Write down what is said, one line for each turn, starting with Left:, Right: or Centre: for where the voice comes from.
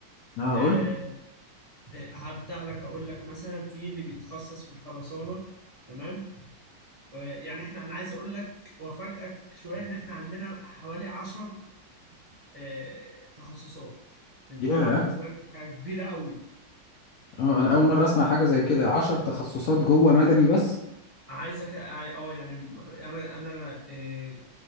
Left: اه
Right: آه،
Left: قول
Right: هبدأ لك أقول لك مثلا في اللي بيتخصص في الخرسانة تمام و- يعني احنا أنا عايز أقول لك وأفاجئك شوية إن احنا عندنا حوالي 10 آه، تخصصات انت
Left: ياه
Right: طبعا بالنسبة لك دي حاجة كبيرة قوي
Left: اه انا اول مره اسمع حاجه زي كده عشر تخصصات جوه مدني بس
Right: عايزك اه يعني م- أنا أنا آه،